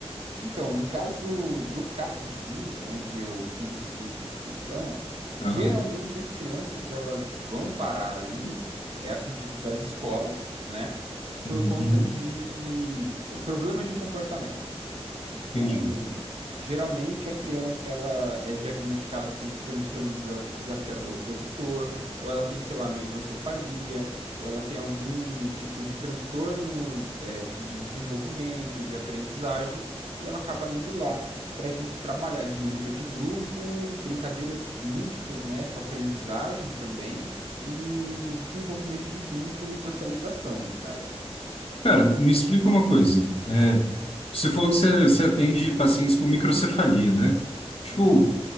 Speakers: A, on the right; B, on the left.
A: Então, no caso do CAPSI, onde eu fiz esse curso de extensão, geralmente
B: Aham.
A: as crianças elas vão parar ali, é a pedido das escolas, né?
B: Uhum,
A: Por conta
B: uhum.
A: de eh, problemas de comportamento, né? Então,
B: Entendi.
A: geralmente a criança ela é diagnosticada com transtorno desa- desafiador opositor, ou ela tem, sei lá, microcefalia, ou ela tem algum tipo de transtorno, eh, de desenvolvimento, de aprendizagem e ela acaba indo lá para a gente trabalhar dinâmicas de grupo, brincadeiras lúdicas, né, com aprendizagem também e desenvolvimento de vínculo e socialização, no caso.
B: Cara, me explica uma coisa. É, você falou que você, você atende pacientes com microcefalia, né? Tipo,
A: Uhum.